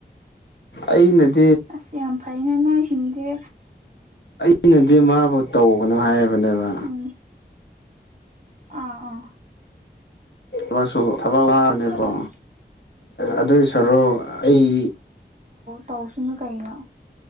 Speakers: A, on the left; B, on the right.
A: ꯑꯩꯅꯗꯤ
B: ꯑꯁꯤꯁ ꯌꯥꯝ ꯐꯥꯏꯅꯦ ꯅꯣꯏ ꯁꯤꯗꯦ
A: ꯑꯩꯅꯗꯤ ꯃꯥꯕꯨ ꯇꯧꯕꯅꯣ ꯍꯥꯏꯕꯅꯦꯕ
B: ꯎꯝ ꯑꯥ ꯑꯥ
A: ꯑꯥꯏ ꯁ ꯊꯕꯛ ꯋꯥꯕꯅꯦꯀꯣ
B: ꯑꯗꯨꯝ
A: ꯑꯗꯨꯏ ꯁꯔꯨꯛ ꯑꯩ
B: ꯇꯧꯁ ꯀꯩꯩꯅ